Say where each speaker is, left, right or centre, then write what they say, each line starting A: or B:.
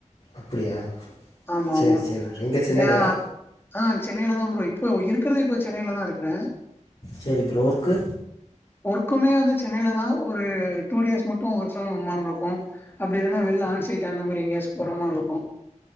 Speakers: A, on the left (about 45°); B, on the left (about 15°).
A: அப்டியா
B: ஆமா
A: செரி
B: ஆமா
A: செரி எங்கே சென்னைய்லியா
B: ஏ ஆ சென்னைல தா ப்ரோ இப்ப இருக்கறது இப்போ சென்னைல தான் இருக்கறே
A: சரி ப்ரோ ஒர்க்கு
B: ஒர்க்குமே வந்து சென்னையில தான் ஒரு டூ டேஸ் மட்டும் ஒர்க் ப்ரம் ஹோம் மாதிரி இருக்கும் அப்படி இல்லனா வெளில ஆன் சைட் அந்த மாதிரி எங்கேயாது போற மாதிரி இருக்கும்